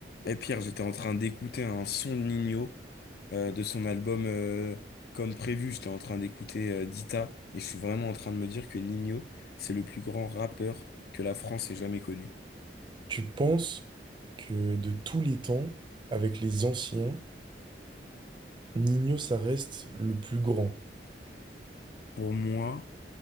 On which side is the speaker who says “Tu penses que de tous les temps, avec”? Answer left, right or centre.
Right